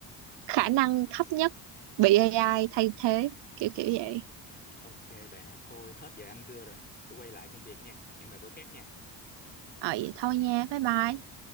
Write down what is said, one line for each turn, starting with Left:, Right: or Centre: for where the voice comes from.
Right: khả năng thấp nhất bị AI thay thế kiểu kiểu vậy
Left: Ok bà thôi hết giờ ăn trưa rồi tôi quay lại công việc nha hẹn bà bữa khác nha
Right: ờ vậy thôi nha bye bye